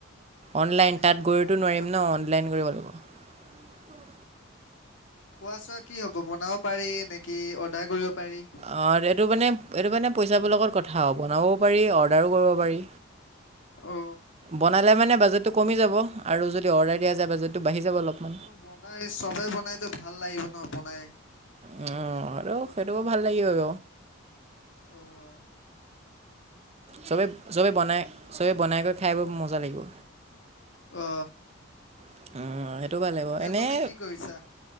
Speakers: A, on the left (about 60°); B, on the right (about 30°).
A: নাপামেই
B: অনলাইন তাত গৈতো
A: আৰু
B: নোৱাৰিম
A: খোৱা
B: ন! অনলাইন কৰিব লাগিব।
A: খোৱা-চোৱা কি হ'ব? বনাব পাৰি নেকি, অৰ্ডাৰ কৰিব পাৰি?
B: অ, এইটো মানে, এইটো মানে পইচাবোৰ লগত কথা বনাবও পাৰি, অৰ্দাৰ ও কৰিব পাৰি।
A: অ
B: বনালে মানে বাজেট কমি যাব আৰু যদি অৰ্ডাৰ দিয়া যায়, বাজেটো বাঢ়ি যাব অলপমান।
A: অ, বনাই, চবেই বনাইতো ভাল লাগিব ন, বনাই।
B: উম, হ'লেও সেইটোকো ভাল লাগিব।
A: উম।
B: চবে-চবে বনাই, চবেই বনাই কৰি খাই মজা লাগিব।
A: অ।
B: অ' সেইটো ভাল লাগিব
A: এতিয়া,
B: এনেই
A: তুমি কি কৰিছা?